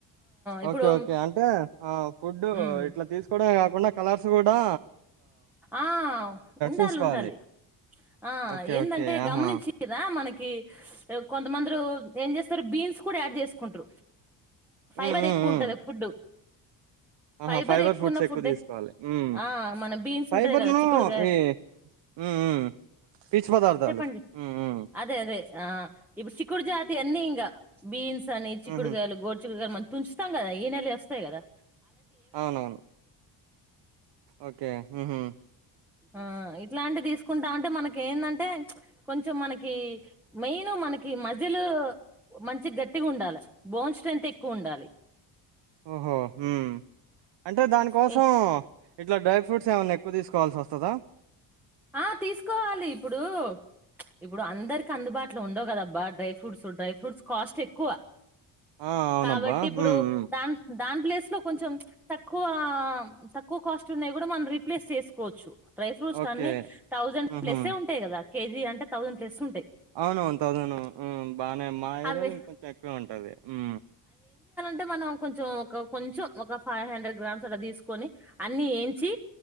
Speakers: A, in the centre; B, on the right (about 60°).
A: ఇప్పుడు
B: ఓకే ఓకే అంటే ఆ ఫుడ్
A: మ్,
B: ఇట్లా తీసుకోడం ఉన్న కలర్స్ గూడా
A: ఆ ఉండాలి
B: చూసుకోవాలి
A: ఉండాలి ఆ
B: ఓకే
A: ఏందంటే
B: ఓకే ఆహా
A: గమనించింరా మనకి ష్ కొంతమందురు ఏం చేస్తారు బీన్స్ కూడా యాడ్ చేసుకుంట్రూ ఫైబర్
B: ఉమ్ ఉమ్
A: ఎక్కువుంటది
B: ఉమ్
A: ఫుడు
B: ఆహా!
A: ఫైబర్ ఎక్కువున్న
B: ఫుడ్స్ ఎక్కువ
A: ఫుడ్
B: తీసుకోవాలి. హ్మ్.
A: ఆ మన బీన్స్
B: ఫైబర్‌ను
A: టుంటది కదా చిక్కుడుగాయ్
B: ఈ హ్మ్. హ్మ్. పీచు పదార్థాలు.
A: చెప్పండి
B: హ్మ్. హ్మ్.
A: అదే అదే ఆ ఇప్పుడు సిక్కుడు జాతి అన్నీ ఇంగా బీన్స్ తని చిక్కుడుగాయలు
B: హుహు.
A: గోరుచిక్కుడుగాయలు తుంచుతాంగదా ఈనెలు వస్తాయి గదా
B: అవునవును ఓకే ఉహూమ్
A: ఆ ఇట్లాంటివి తీసుకుంటా ఉంటే మనకి ఏందంటే మ్చ్ కొంచెం మనకి మెయిన్ మనకి మజిలు మంచిగ గట్టిగా ఉండాలే బోన్ స్ట్రెంత్ ఎక్కువ ఉండాలి
B: ఓహో మ్ అంటే దానిక్ కోసం
A: ఏ
B: ఇట్లా డ్రై ఫ్రూట్స్ ఏవన్నా ఎక్కువ తీసుకోవాల్సి వస్తదా
A: ఆ తీసుకోవాలి ఇప్పుడు మ్చ్ ఇప్పుడు అందరికి అందుబాటల ట్లో ఉండవు కదబ్బా dry fruits dry fruits cost ఎక్కువ
B: ఆ! అవునబ్బా!
A: కాబట్టి ఇప్పుడు
B: హ్మ్. హ్మ్.
A: దాన్ దాని ప్లేస్ లో కొంచెం తక్కువ తక్కువ కాస్టూ ఉన్నాయి కూడా మనం రీప్లేస్ చేసుకోవచ్చు dry fruits
B: okay.
A: Twenty thousand
B: హుహు.
A: ప్లస్సే ఉంటాయి కదా కేజీ అంటే థౌజండ్ ప్లస్ ఉంటాయి
B: అవునవును థౌసను ఉ బానే మా ఏరియాలో
A: అవి
B: ఇంకొంచెం ఎక్కువ ఉంటది ఉ
A: అంటే మనం కొంచెం ఒక కొంచెం ఒక ఫైవ్ హండ్రెడ్ గ్రామ్స్ అలా తీసుకొని అన్ని ఏంచి